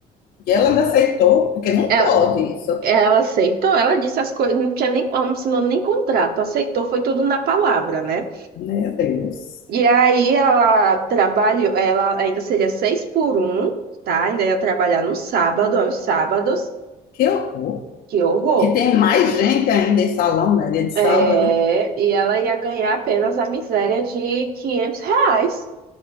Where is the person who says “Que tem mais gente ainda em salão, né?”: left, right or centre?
Left